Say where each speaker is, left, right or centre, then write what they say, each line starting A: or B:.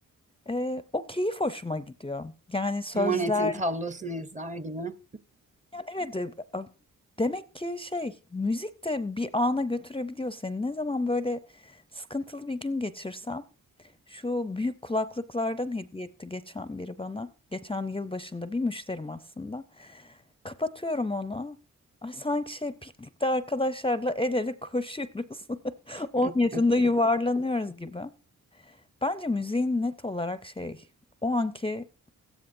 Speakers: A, on the left; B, on the right.
A: E, o keyif hoşuma gidiyor. Yani sözler
B: Monet'in tablosunu izler gibi.
A: Yani evet e, a- demek ki şey müzik de bir ana götürebiliyor seni. Ne zaman böyle sıkıntılı bir gün geçirsem şu büyük kulaklıklardan hediye etti geçen biri bana. Geçen yıl başında bir müşterim aslında. Kapatıyorum onu. Ay sanki şey piknikte arkadaşlarla el ele koşuyoruz. <laughs> 10
B: <laughs>
A: yaşında yuvarlanıyoruz gibi. Bence müziğin net olarak şey o anki